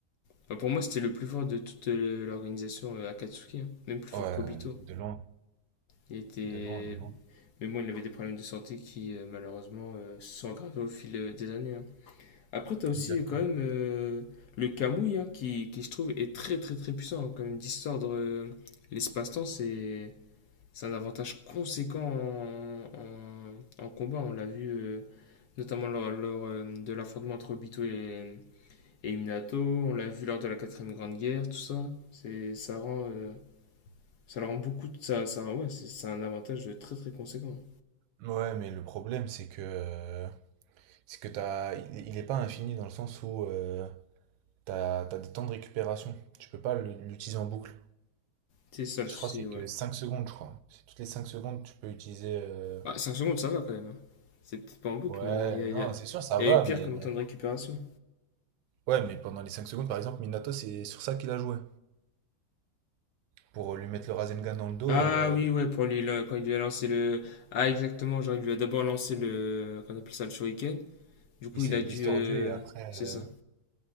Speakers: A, on the left (about 60°); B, on the right (about 80°).
A: Enfin, pour moi, c'était le plus fort de toute euh, l'organisation euh, Akatsuki. hein. Même plus fort
B: Ouais,
A: qu'Obito.
B: de loin,
A: Il était.
B: de loin, de loin.
A: Mais bon, il avait des problèmes de santé qui, euh, malheureusement, euh, se sont aggravés au fil euh, des années. hein. Après, t'as aussi
B: Exactement.
A: euh, quand même euh, le Kamui, hein, qui, qui, je trouve, est très très très puissant. hein. Quand même, distordre euh, l'espace-temps, c'est C'est un avantage conséquent en, en- en combat. On l'a vu euh, notamment lors, lors, euh, de l'affrontement entre Obito et, et Minato. On l'a vu lors de la quatrième grande guerre, tout ça. C'est, ça rend, euh, ça le rend beaucoup. Ça, ça, ouais, c'est, c'est un avantage très très conséquent.
B: Ouais, mais le problème, c'est que, euh, c'est que t'as, il, il est pas infini dans le sens où euh, t'as, t'as des temps de récupération. Tu peux pas le- l'utiliser en boucle.
A: C'est ça le
B: Je
A: souci,
B: crois que c'est
A: ouais.
B: que 5 secondes, je crois. C'est Toutes les 5 secondes, tu peux utiliser. euh,
A: Ah, 5 secondes, ça va quand même. hein. C'est peut-être pas en boucle,
B: Ouais,
A: mais il y a,
B: non,
A: il y a-
B: c'est sûr, ça
A: y
B: va,
A: a eu pire
B: mais.
A: comme temps de récupération.
B: Ouais, mais pendant les 5 secondes, par exemple, Minato, c'est sur ça qu'il a joué. Pour euh, lui mettre le Rasengan dans le dos,
A: Ah
B: euh,
A: oui, ouais, pour lui, là, quand il lui a lancé le. Ah, exactement, genre il lui a d'abord lancé le. Qu'on appelle ça le shuriken. Du coup,
B: il s'est
A: il a
B: distordu
A: dû. euh,
B: et après.
A: c'est
B: euh,
A: ça.